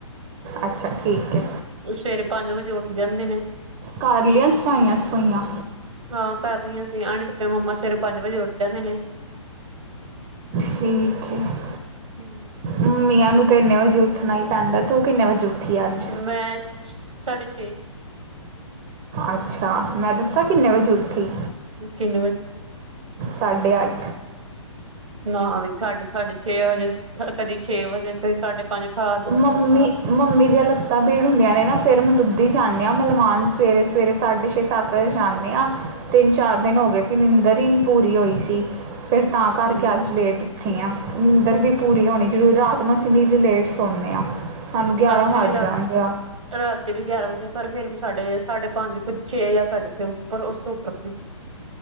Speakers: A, on the right; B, on the right.
A: ਅੱਛਾ ਠੀਕ ਐ।
B: ਸਵੇਰੇ ਪੰਜ ਵਜੇ, ਉੱਠ ਜਾਂਦੇ ਨੇ,
A: ਕਾਰਲੀਆਂ, ਸਫਾਈਆਂ -ਸਫੂਈਆਂ
B: ਹਾਂ ਕਰ ਲਈਆ ਸੀ। ਆਣੇ ਮੰਮਾ ਸਵੇਰੇ ਪੰਜ ਵਜੇ ਉੱਠ ਜਾਂਦੇ ਨੇ,
A: ਠੀਕ ਹੈ <inaudible>
B: ਹਮ <inaudible>
A: ਮਮੀਆ ਨੂੰ, ਤੇ ਇੰਨੇ ਵਜੇ ਉੱਠਣਾ ਹੀ ਪੈਂਦਾ ਤੂੰ ਕਿੰਨੇ ਵਜੇ ਉੱਠੀ ਅੱਜ
B: ਮੈਂ ਸਾਢੇ ਛੇ
A: ਅੱਛਾ, ਮੈਂ ਦੱਸਾਂ ਕਿੰਨੇ ਵਜੇ ਉੱਠੀ?
B: ਕਿੰਨੇ ਵਜੇ
A: ਸਾਡੇ ਅੱਠ,
B: ਨਾ ਵੀ ਸਾਢੇ ਸਾਢੇ ਛੇ ਵਜੇ ਕਦੀ ਛੇ ਵਜੇ ਕਦੀ ਸਾਢੇ ਪੰਜ ਠਾਹ ਤੇ
A: ਅਂਮੀ, ਮੰਮੀ ਦੀਆਂ ਲੱਤਾਂ ਭੀੜ ਹੁੰਦੀਆਂ ਨੇ ਨਾ, ਫੇਿਰ ਮੈਂ ਦੁੱਧੀ ਜਾਂਦੀ ਹਾਂ ਮਲਵਾਨ ਸਵੇਰੇ -ਸਵੇਰੇ ਸਾਢੇ ਛੇ ਸਾਤ ਵਜੇ ਜਾਂਦੇ ਹਾਂ, ਤਿੰਨ -ਚਾਰ ਦਿਨ ਹੋ ਗਏ ਸੀ, ਨਿੰਦਰ ਹੀ ਨੀ ਪੂਰੀ ਹੋਈ ਸੀ। ਫੇਰ ਤਾਂ ਕਰਕੇ
B: ਠੀਕ
A: ਅੱਜ ਲੇਟ ਉੱਠੀ ਆ ਅੰਦਰ ਵੀ ਪੂਰੀ ਹੋਣੀ ਜ਼ਰੂਰੀ ਰਾਤ ਨੂੰ ਅਸੀਂ ਵੀ ਲੇਟ ਸੋਂਦੇ ਹਾਂ ਸਾਨੂੰ ਗਿਆਰਾਂ
B: ਅਸੀਂ
A: ਵੱਜ
B: ਵੀ ਰਾਤ
A: ਜਾਂਦੇ ਆ।
B: ਰਾਤੀ ਵੀ ਗਿਆਰਾਂ ਵਜੇ ਪਰ ਫਿਰਰ ਵੀ ਸਾਡੇ ਸਾਡੇ ਪੰਜ ਕੁ ਛੇ ਜਾਂ ਸਾਡੇਥੇ ਉੱਪਰ ਉਸ ਤੋਂ ਉੱਪਰ ਵੀ